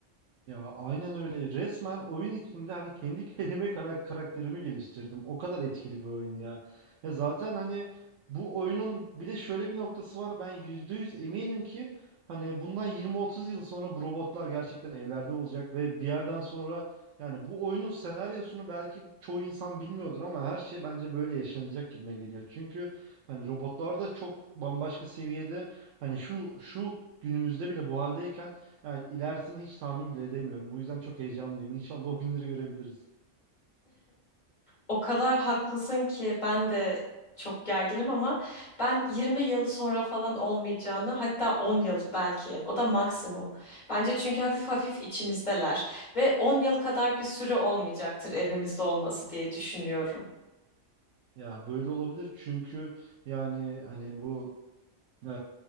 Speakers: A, on the right; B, on the left.
A: Ya aynen öyle. Resmen oyun içinde hani kendi <laughs> kelime kara- karakterimi geliştirdim. O kadar etkili bir oyun ya. Ya zaten hani bu oyunun bir de şöyle bir noktası var. Ben %100 eminim ki hani bundan 20-30 yıl sonra bu robotlar gerçekten evlerde olacak ve bir yerden sonra yani bu oyunun senaryosunu belki çoğu insan bilmiyordur ama her şey bence böyle yaşanacak gibime geliyor. Çünkü hani robotlar da çok bambaşka seviyede hani şu şu günümüzde bile bu haldeyken yani ilerisini hiç tahmin bile edemiyorum. Bu yüzden çok heyecanlıyım. İnşallah o günleri görebiliriz.
B: O kadar haklısın ki ben de çok gerginim ama ben 20 yıl sonra falan olmayacağını hatta 10 yıl belki o da maksimum. Bence çünkü hafif hafif içimizdeler ve 10 yıl kadar bir süre olmayacaktır evimizde olması diye düşünüyorum.
A: Ya böyle olabilir çünkü yani hani bu Ee,